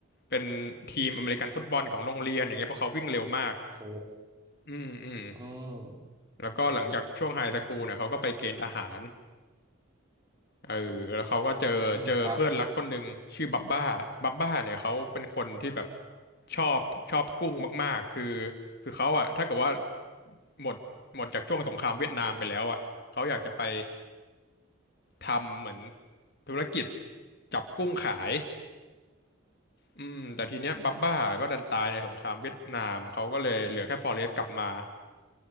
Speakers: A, on the left; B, on the right.
A: เป็นทีมอเมริกันฟุตบอลของโรงเรียนอย่างเงี้ยเพราะเขาวิ่งเร็วมาก
B: โห
A: อืมอืม
B: อืม
A: แล้วก็หลังจากช่วงไฮสคูลเนี่ยเขาก็ไปเกณฑ์ทหารเออแล้วเขาก็เจอเจอเพื่อนรักคนหนึ่งชื่อบับบ้าบับบ้าเนี่ยเขาเป็นคนที่แบบ
B: อืมครับ
A: ชอบชอบกุ้งมากๆคือคือเขาอะถ้าเกิดว่าหมดหมดจากช่วงสงครามเวียดนามไปแล้วอะเขาอยากจะไปทำเหมือนธุรกิจจับกุ้งขายอืมแต่ทีเนี้ยบับบ้าก็ดันตายในสงครามเวียดนามเขาก็เลยเหลือแค่ฟอเรสต์กลับมา